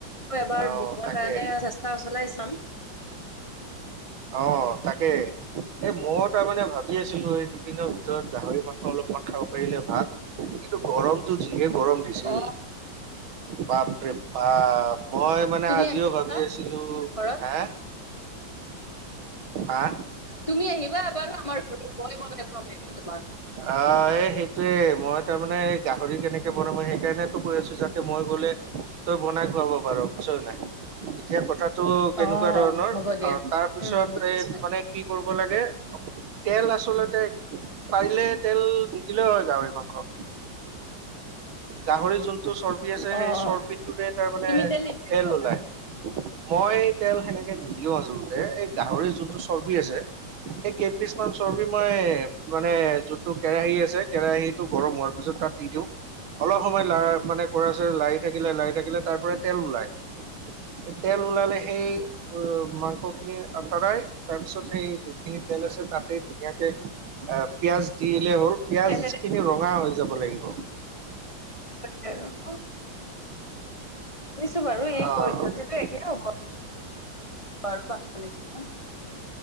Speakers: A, on the left (about 20°); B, on the right (about 85°).
A: মই এবাৰ
B: অ
A: বনোৱা
B: তাকে
A: কাৰণে চেষ্টা চলাই চাম।
B: অঁ তাকে। এই মইও তাৰমানে ভাবি আছিলো এই দুদিনৰ ভিতৰত গাহৰি মাংস অলপমান খাব পাৰিলে ভাল। কিন্তু গৰমটো যিহে গৰম দিছে
A: অ
B: বাপৰে বাপ! মই মানে
A: তুমি
B: আজিও
A: আহিবা
B: ভাবি আছিলো,
A: ঘৰত
B: হে? হা?
A: তুমি আহিবা এবাৰ আমাৰ ঘৰত মই বনাই খোৱাম এইবাৰ তোমাক।
B: অঁ এ সেইটোৱে মই তাৰমানে গাহৰি কেনেকে বনাম সেইকাৰণেতো কৈ আছো যাতে মই গলে তই বনাই খুৱাব পাৰ, বুইচ নাই? এতিয়া কথাটো কেনেকুৱা
A: অঁ
B: ধৰণৰ,
A: হ'ব দিয়া
B: অ' তাৰপিছত
A: উম বুজিছো
B: এই মানে কি কৰিব লাগে, তেল আচলতে পাৰিলে তেল নিদিলেও হয় গাহৰি মাংস। গাহৰিৰ যোনটো চৰ্বি আছে
A: অঁ
B: সেই চৰ্বিটোৰে
A: অঁ
B: তাৰমানে
A: তুমি নিদিলেও
B: তেল ওলায়। মই তেল সেনেকে নিদিও আচোলতে, এই গাহৰিৰ যোনটো চৰ্বি আছে সেই কেইপিচ মান চৰ্বি মই মানে যোনটো কেৰাহি আছে কেৰাহীটো গৰম হোৱাৰ পিছত তাত দি দিওঁ। অলপ সময় লাৰ মানে কৰাছে লাৰি থাকিলে লাৰি থাকিলে তাৰপৰা তেল ওলাই। তেল ওলালে সেই উম মাংসখিনি আঁতৰাই তাৰপিছত সেই যিখিনি তেল আছে তাতেই ধুনীয়াকে আ পিয়াজ দিলে হ'ল, পিয়াজ
A: তেলেৰে
B: খিনি ৰঙা হৈ যাব লাগিব।
A: <inaudible> শুনিছো বাৰু এই
B: আহ
A: পদ্ধতিতো একে হ'ব বাৰু বাকী নিচিনা।